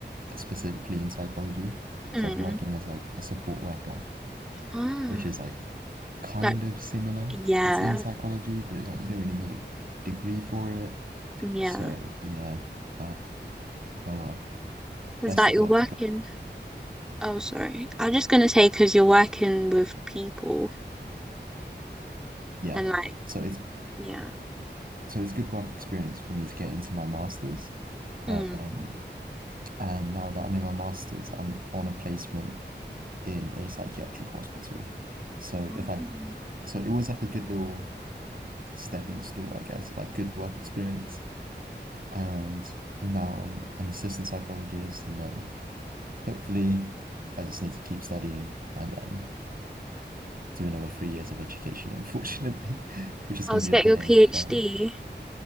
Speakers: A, on the right; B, in the centre.
A: specifically in psychology.
B: mm.
A: So I was working as like a support worker,
B: Ah,
A: which is like kind
B: that,
A: of similar.
B: yeah,
A: It's in psychology, but it's like you don't really need a degree for it.
B: yeah.
A: So yeah, but oh well.
B: It's
A: Best
B: like
A: of
B: you're
A: luck
B: working.
A: to both.
B: Oh, sorry. I was just gonna say because you're working with people
A: Yeah.
B: and like,
A: So it's
B: yeah.
A: so it's good work experience for me to get into my master's. Um,
B: Mm.
A: And now that I'm in my master's, I'm on a placement in a psychiatric hospital. So
B: Mm.
A: if I, so it was like a good little stepping stool, I guess, like good work experience. And now I'm an assistant psychologist, and then hopefully I just need to keep studying and then do another three years of education, unfortunately, <laughs> which is
B: Oh,
A: going
B: to
A: to be
B: get your
A: a pain.
B: PhD.
A: But